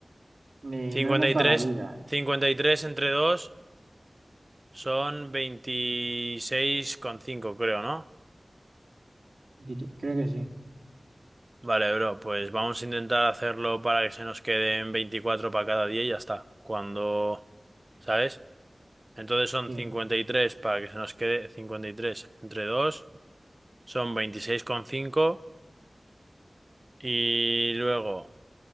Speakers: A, on the right (about 75°); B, on the right (about 35°).
A: Eh,
B: Cincuenta
A: no nos
B: Cincuenta y
A: da
B: tres.
A: la vida.
B: cincuenta y tres entre 2. Son veintiséis coma cinco creo, ¿no?
A: Dir- Creo que sí.
B: Vale, bro, pues vamos a intentar hacerlo para que se nos queden 24 para cada día y ya está. Cuando, ¿sabes? Entonces son
A: Sí.
B: 53 para que se nos quede 53 entre 2 son veintiséis coma cinco y luego